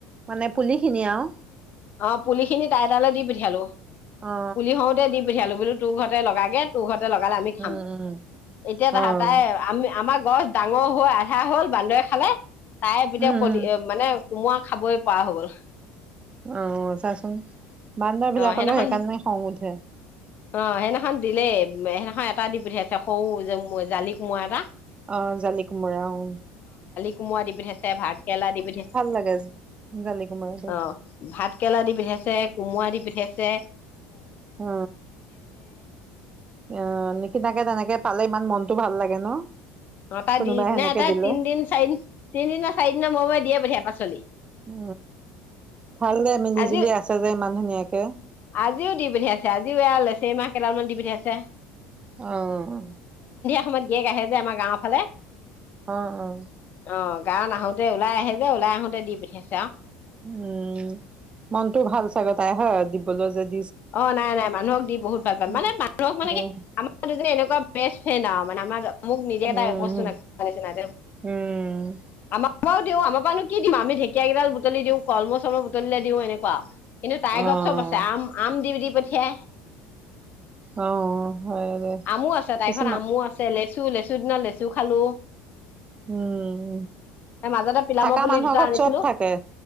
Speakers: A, on the right (about 25°); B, on the left (about 45°).
A: মানে পুলি খিনি আৰু
B: আহ পুলি খিনি তাই তালৈ দি পঠিয়ালো
A: অ
B: পুলি হওঁতে দি পঠালো বো তোৰ ঘৰতে লগাগে তোৰ ঘৰতে লগালে আমি খাম
A: উম উম
B: এতিয়া
A: অ',
B: ত তাই আমি আমাক গছ ডাঙৰ হৈ আধা হ'ল বান্দৰে খালে তাই বিতে
A: উম,
B: কলি এ মানে কোমোৱা খাবই প হ' গল
A: অ চাচোন বান্দৰ
B: অ
A: বিলাকলৈও
B: সেইদিনাখন
A: সেইকাৰণে খং উঠে
B: অ সেইদিনাখন দিলেই সেইদিনাখন এটা দি পঠিয়াইছে সৰু যে জালি কোমৰা এটা
A: অ জালিকুমোৰা অ
B: কোমোৰা দি পিঠাইছে ভাত কেৰেলা দি পিঠাইছে
A: লাগে জালি কোমোৰাটো।
B: অ ভাত কেৰেলা দি পিঠাইছে কোমৰা দি পিঠা কি আছে
A: অ অ নিকিনাকে তেনেকে পালে ইমান মনটো ভাল লাগে ন
B: অ তাই
A: কোনোবাই
B: দি
A: সেনেকে
B: নাই তাই
A: দিলে
B: তিনদিন চাৰিদিন তিনিদিনৰ চাৰিদিনৰ মূৰে মূৰে দিয়ে পঠিয়াই পাচলি
A: উ ভাল যে মিলি
B: আজি
A: জুলি আছে যে ইমান ধুনীয়াকে
B: আজিও দি পঠিয়াইছে আজিও এইয়া লেছেই মাহ কেইদালমান দি পঠিয়াইছে
A: অহ
B: সমত গিয়েক আহে যে আমাৰ গাঁৱৰ ফালে
A: অঁ অঁ
B: অ গাঁৱত আহোতে ওলাই আহে যে ওলাই আহোঁতে দি পঠাইছে আৰু
A: উম মনটো ভাল চাগে তাই হয় বল যি
B: অ নাই নাই মানুহক দি বহুত ভাল পায়
A: উম,
B: মানে মানুহক মানে কি আমাৰ দুজনী এনেকুৱা বেষ্ট ফ্ৰেড আও মানে আমাৰ মোক নিদিয়া এটা
A: উম,
B: একো বস্তু নিচিনা দেও
A: উম।
B: আমাৰ পাও দিওঁ আমাৰ পা নো কি দিম আ আমি ধেকীয়া কেইডাল বুটলি দিওঁ কলমৌ চলমৌ বুটলিলে দিওঁ এনেকুৱা কিন্তু তাইৰ
A: অ',
B: ঘৰত চব আছে আম দি বি দি পঠিয়াই
A: অ হয়ে দে
B: আমো আছে তাইৰ
A: কিছমান
B: ঘৰত আমো আছে লেচু লেচু দিনত লেচু খালো
A: উম
B: মাজতে পিলামৰ
A: থকা
B: পুলি
A: মানুহৰ
B: দুটা
A: ঘৰত
B: আনিছিলো
A: চব থাকে